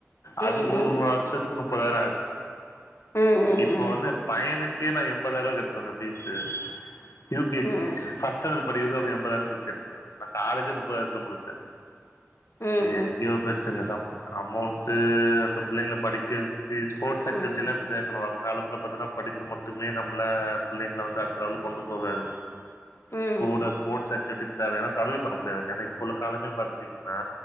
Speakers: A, on the left; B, on the left.
A: ம்
B: அது மூணும
A: ம்
B: வரு ஷத்துக்கு நுப்பதாயிரோ ஆச்சு.
A: ம்
B: இப்போ
A: ம்
B: வந்து எ பையனுக்கே நா எம்பதாயிருவா கட்றங்க ஃபீசு. யூ கே ஜி
A: ம் ம்
B: ஃபஸ்ட்டாண்டடு படிக்கிறதுக்கே அவுனுக்கு எம்பதாயிரோ ஃபீஸ் கட்றே நா காலேஜே நுப்பதாயிரத்துல முடிச்சே.
A: ம் ம் ம்
B: எங்யோ போயிர்ச்சுங்க சம் அமௌண்ட்டு ரண்டு புள்ளைங்கள படிக்க சி ஸ்போட்ஸ் ஆக்டிவிட்டிலா
A: ம்
B: இப்ப சே ன்னு வருங்காலத்துல பாத்தினா படிப்பு மட்டுமே நம்ள புள்ளைங்கள வந்து அடுத்த லெவல்க் கொண்டு போகாது.
A: ம் ம்
B: கூட ஸ்போட்ஸ் ஆக்டிவிட்டி தாருக்கு ஏனா சர்வே பண்ண முடியாதுங்க ஏனா இப்ப உள்ள காலங்கள் பாத்துடிங்கனா